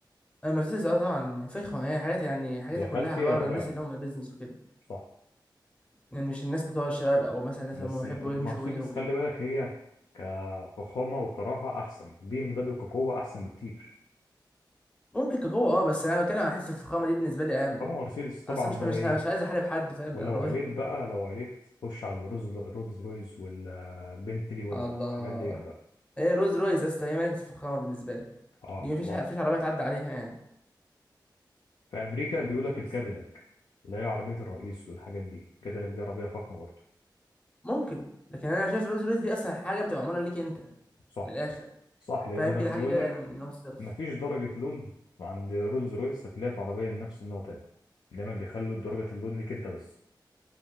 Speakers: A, on the left (about 15°); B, on the left (about 65°).
A: المرسيدس اه طبعا فخمه يعني حاجات يعني حاجاتها
B: يا خلفي
A: كلها عباره
B: يا رباعي
A: عن الناس اللي هم بيزنس وكده
B: صح
A: يعني مش الناس بتوع الشباب او مثلا الناس
B: بس
A: اللي هم بيحبوا
B: ال- المرسيدس
A: يمشوا ويجروا وكده
B: خلي بالك هي كفخامة وكراحة أحسن البي ام دبليو كقوة أحسن بكتير
A: ممكن كقوه اه بس انا بتكلم عن حته الفخامه دي بالنسبه لي اهم
B: أما مرسيدس طبعا
A: اصل مش
B: بقى
A: مش
B: إيه
A: مش عايز احارب حد فاهم
B: ولو
A: بالعربيه
B: عليت بقى لو عليت خش على الروز رولز رويز والبنتلي
A: <laughs>
B: والحاجات
A: الله
B: ديت بقى
A: هي روز رويز يا اسطى هي ملكه الفخامه بالنسبه لي
B: أه
A: دي
B: بصراحة
A: مفيش ح- مفيش عربيه تعدي عليها يعني
B: في أمريكا
A: روز
B: بيقولك
A: رويز
B: الكاديلاك اللي هي عربية الرئيس والحاجات دي الكاديلاك دي عربية فخمة برضه
A: ممكن لكن انا شايف الرولز رويس دي اصلا حاجه بتبقى معموله ليك انت
B: صح
A: من الاخر
B: صح لأنك
A: فاهم كده حاجه
B: بيقولك
A: كده من نوع الصرف
B: مفيش درجة لون عند رولز رويس هتلاقيها في عربية نفس النوع تاني دايما بيخلوا درجة اللون ليك أنت بس